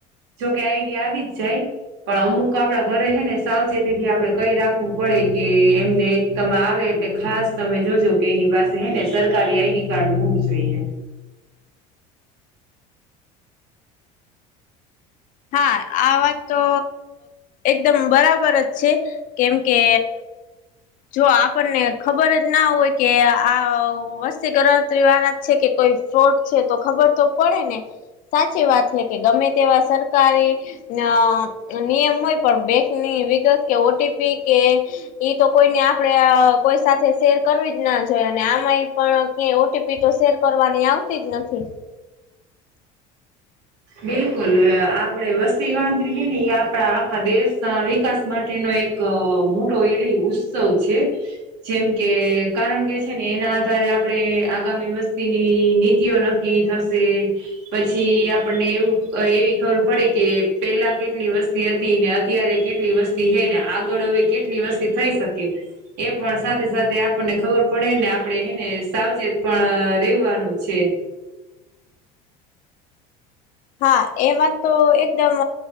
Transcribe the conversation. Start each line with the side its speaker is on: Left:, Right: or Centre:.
Right: જોકે આઈડિયા આવી જ જાય. પણ અમુક આપડા ઘરે હે ને સાવચેતી થી આપડણે કઈ રાખવું પડે કે એમને એક તમે આવે એટલે. ખાસ તમે જોજો કે એની પાસે હે ને સરકારી આઈડી કાર્ડ હોવું જોઈએ
Left: હા આ વાત તો એકદમ બરાબર જ છે. કેમ કે જો આપણને ખબર જ ના હોય કે આ વસ્તી ગણરાતરી વાળ જ છે કે કોઈ ફોડ છે તો ખબર તો પડે ને સાચી વાત છે કે ગમે તેવા સરકાર સારી ન નિયમ હોય પણ બેંકની વિગત કે ઓટીપી કે ઈ તો કોઈને આપડે કોઈ સાથે શેર કરવી જ ના જોઈએ અને આમાં પણ ક ઓટી એ તો શેર કરવાની આવતી જ નથી
Right: બિલકુલ આપડે વસ્તી ગણતરી છે ને એ આપણા આખા દેશ ના વિકાસ માટેનો એક એક મોટો એય ઉત્સવ છે. જેમ કે કારણ કે છે ને એના આધારે આપડણે આગામી વસ્તીની નીતિઓ કિ થશે પછી આપણને એવું એવી ખબર પડે કે પેલા કેટલી વસ્તી હતી ને અત્યારે કેટલી વસ્તી હે ને આગળ હવે કેટલી વર્ષથી થઈ શકે. એ પણ સાથે સાથે આપણને ખબર પડે ને આપડે એને સાવચેત પણ રેવાનું છે.
Left: હા એમાં તો એકદમ